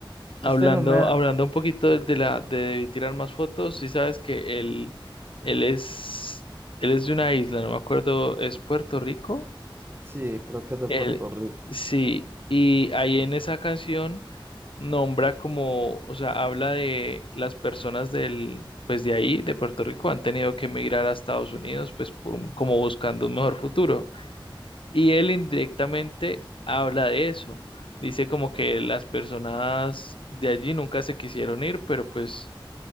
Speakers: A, on the left; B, on the right.
A: Hablando,
B: Usted no me ha...
A: hablando un poquito de la de tirar más fotos, sí sabes que él, él es, él es de una isla, no me acuerdo, ¿es Puerto Rico?
B: Sí, creo que es de
A: Él,
B: Puerto Rico.
A: sí, y ahí en esa canción nombra como, o sea, habla de las personas del, pues de ahí, de Puerto Rico, han tenido que emigrar a Estados Unidos, pues por, un- como buscando un mejor futuro. Y él indirectamente habla de eso. Dice como que las personas de allí nunca se quisieron ir, pero pues